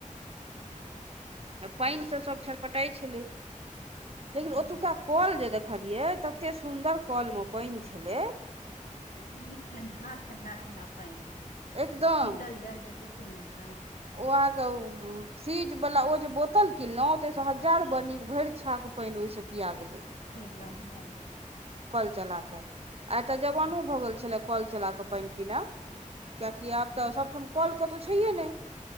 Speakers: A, on the left (about 90°); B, on the right (about 45°).
A: नुखो लाइग जाइ छै
B: आ पानि से सब छरपटाई छलै लेकिन
A: हँ हँ
B: ओतुका कोल जे देख देखलिये तते सुंदर कल म पाइन छलै
A: ह एतेक नीक ठण्डा ठण्डा ठण्डा पयन
B: एकदम
A: शीतल जल जे छैन एकदम
B: ओ आहाँक फ्रिज वला ओ जे बोतल किनलहु ताहिसँ हजार बर नीक भरि छाक पानि ओहिसँ पिया गेलै
A: हँ
B: कल चला के आइटा जवानो
A: हँ
B: भऽ गेल छले कल चला कऽ पानि पिनय
A: कल चला कऽ
B: कियकि
A: कते सुन्दर
B: आब तऽ सबठाम कल कतहु छैये नहि